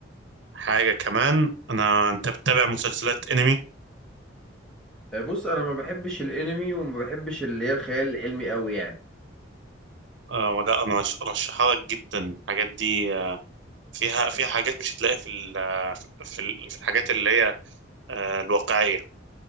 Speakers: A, on the right; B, in the centre.
A: حاجة كمان انا انت بتتابع مسلسلات انمي
B: آه، بص أنا ما بحبش الأنمي وما بحبش اللي هي الخيال العلمي أوي يعني
A: آه ولا انا أش- ارشحها لك جدا الحاجات دي آه، فيها فيها حاجات مش هتلاقيها في ال... في ال... في الحاجات اللي هي آه، الواقعية